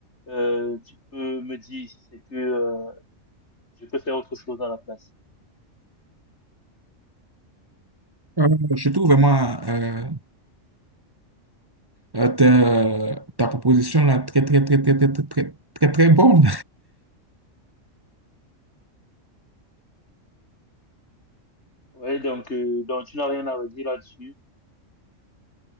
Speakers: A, on the left; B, on the right.
A: euh, tu peux me dire si c'est que euh, je peux faire autre chose à la place.
B: Euh, je trouve vraiment euh, Euh, ta, ta proposition là, très, très, très, très, très, très, très, très, très bonne.
A: Ouais, donc euh, donc tu n'as rien à redire là-dessus.